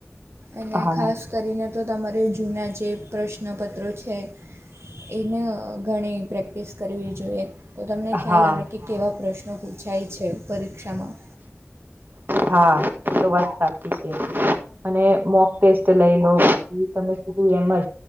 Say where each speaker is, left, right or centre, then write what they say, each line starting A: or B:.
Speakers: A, on the right; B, on the right.
A: અને
B: હા
A: ખાસ કરીને તો તમારે જૂના જે પ્રશ્ન પ્ર્નાપત્રો છે, એને ઘણી પ્રેક્ટિસ કરવી જોઈએ. તો તમને ખ્યાલ
B: હા
A: આવે કે કેવા પ્રશ્નો પૂછાય છે પરીક્ષામાં
B: હા, તો વાત સાચી છે. અને મોક ટેસ્ટ લઈ લો એ તમે સીધું એમ જ